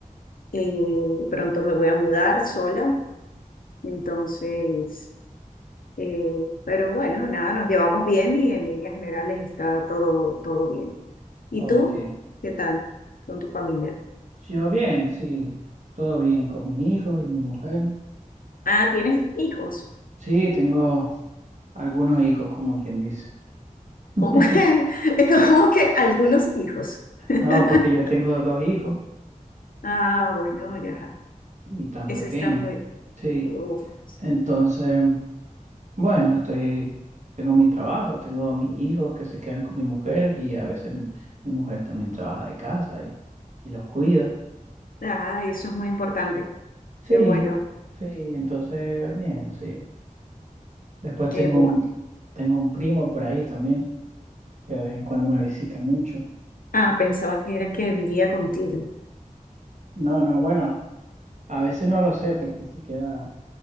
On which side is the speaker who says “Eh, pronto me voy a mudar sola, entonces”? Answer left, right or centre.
Left